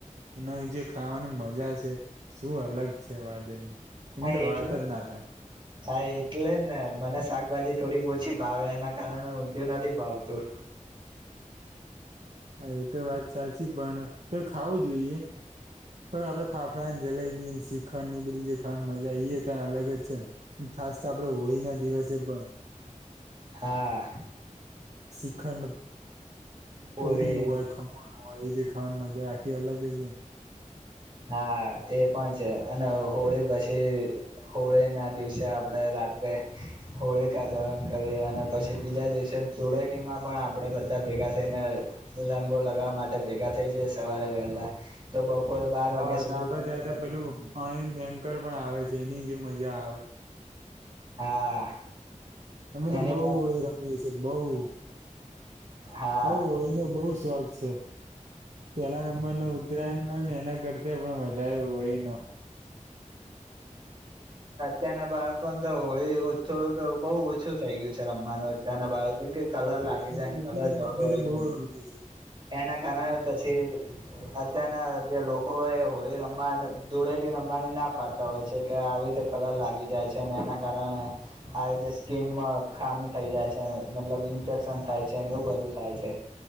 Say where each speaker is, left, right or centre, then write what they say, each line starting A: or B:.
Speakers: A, on the right; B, on the right.
A: અને જે ખાવાની મજા છે શું અલગ છે વાદ એની. એની
B: હા
A: તો
B: એટલે
A: વાત જ ના થાય
B: હા એટલે જ ને મને શાકભાજી થોડીક ઓ છી પાવે એના કારણે ઊંધિું નથી પાવતું.
A: હ હા એ તો વાત સાચી પણ તો ખાવું જોઈએ. પન આપડે ફાફડા ને જલેયબી શ્રીખંડ એ બધી જે ખાવા મજા એ ક્યાં અલગ જ છે ને ખાસ તો આપડે હોળી ના દિવસે પણ.
B: હા.
A: શિખંડ પૂરી
B: પુરી
A: હોય ખમ હોય એ જે ખાવાની મજા આખી અલગ એમ.
B: હા એ પણ છે અને હોળી પછી હોળી ના દિવસે આપડે રાત્રે હોળીકા દવન કરીએ અને પછી બીજા દિવસે ધૂળેટીમાં પણ આપણેે બધા ભેગા થઈને રંગો લગાવવા માટે ભેગા થઈ જઈ સવારે વહેલા તો બપોરે બાર
A: હા
B: વાગ્યા
A: અને
B: સુધી
A: આપડે
B: પણ
A: ત્યાં ત્યાં પેલું અણંદ એન્કર પણ આવે છે. જેની જે મજા આવે.
B: હા.
A: અમે
B: એની
A: તો બઉુ
B: પણ
A: ઓળી રમીએ છીએ. બોવ
B: હા
A: હવ એનો બહુ સ્વાદ છે પેલા નંબર ન ઉતરાયણ ન ને એના કરતા પણ વધારે હોળી ન.
B: તેના બાળકોને તો હોળી થોડુંક બહુ ઓછું થઈ ગયું છે રમવાનું અત્યંના બાળકો કે કલર
A: બને
B: લાગી જાય
A: તો ઓછું
B: કલર જતો
A: છે અમે
B: હોય
A: તો બહુ રમીએ છીએ.
B: એના કારણે છે અત્યારના જે લોકો એ હોળી રમવાન ધૂળેથી રમવાની ના પાડતા હોય છે કે આવી રીતે કલર લાગી જાય છે અને એના કારણે આવી રીતે સ્કીિન ખામી થઈ જાય છે મતલબ ઈન્ફેક્શન થાય છે એવું બધું. થાય છે.